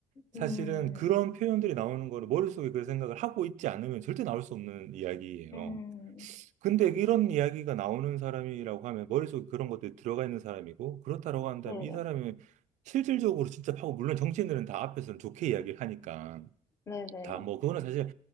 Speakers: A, on the right; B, on the left.
A: 사실은
B: 음,
A: 그런 표현들이 나오는 거를 머릿속에 그 생각을 하고 있지 않으면 절대 나올 수 없는 이야기예요.
B: 음,
A: 근데 이런 이야기가 나오는 사람이라고 하면 머릿속에 그런 것들이 들어가 있는 사람이고 그렇다라고 한다면
B: 네,
A: 이 사람이 실질적으로 진짜 하고 물론 정치인들은 다 앞에서는 좋게 이야기를 하니까
B: 네, 네, 네,
A: 다 뭐 그거는 사실